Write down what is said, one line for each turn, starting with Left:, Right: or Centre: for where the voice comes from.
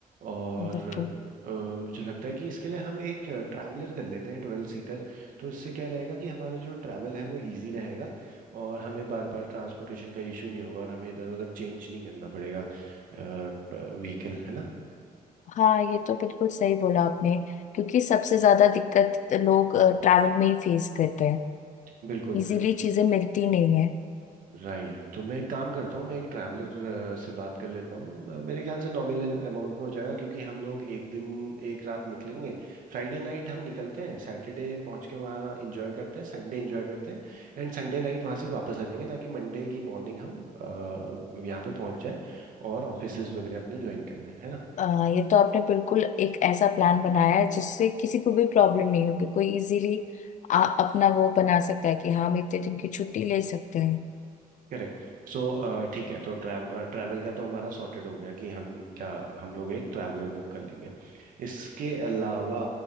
Right: और
Left: मतलब तो
Right: अ, मुझे लगता है कि इसके लिए हम एक ट्रैवलर कर लेते हैं ट्वेल्व सीटर तो इससे क्या रहेगा कि हमारा जो ट्रैवल है वो इजी रहेगा और हमें बार बार ट्रांसपोर्टेशन का इशू नहीं होगा और हमें इधर उधर चेंज नहीं करना पड़ेगा व्हीकल है ना
Left: हाँ ये तो बिल्कुल सही बोला आपने क्योंकि सबसे ज्यादा दिक्कत लोग ट्रैवल में ही फेस करते हैं
Right: बिल्कुल
Left: इजीली चीजें मिलती नहीं है
Right: राइट तो मैं एक काम करता हूँ मैं एक ट्रैवलर से बात कर लेता हूँ अ, मेरे ख्याल से नॉमिनल अमाउंट में हो जाएगा क्योंकि हम लोग एक दिन एक रात निकलेंगे फ्राइडे नाइट हम निकलते हैं सैटरडे पहुँच के वहाँ इंजॉय करते हैं संडे इंजॉय करते हैं एंड संडे नाइट वहाँ से वापस आ जाएंगे ताकि मंडे की मॉर्निंग हम अ, यहाँ पे पहुँच जाए और ऑफिसेज वगैरह अपने ज्वाइन कर लें है ना
Left: अ, ये तो आपने बिल्कुल एक ऐसा प्लान बनाया है जिससे किसी को भी प्रॉब्लम नहीं होगी कोई इजीली आ, अपना वो बना सकता है कि हाँ हम इतने दिन की छुट्टी ले सकते हैं
Right: करेक्ट सो ठीक है तो ट्रैव ट्रैवल का तो हमारा सॉर्टेड हो गया कि हम क्या हम लोग एक ट्रैवलर बुक कर लेंगे इसके अलावा